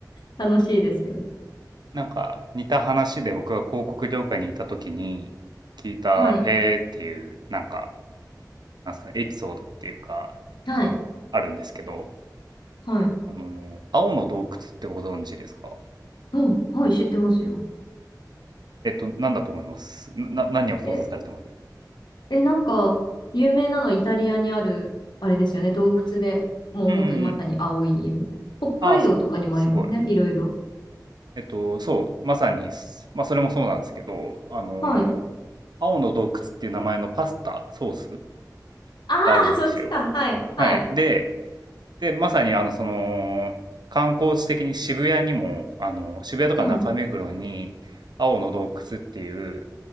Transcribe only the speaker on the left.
楽しいですよ。
はい。
はい。
はい。
うん。はい、知ってますよ。
え、え、なんか、有名なのはイタリアにある、あれですよね、洞窟で、もう本当にまさに青い色。
北海道とかにもありますね、
いろいろ。
はい。
ああ、
そっちか。はい。
はい。
はい。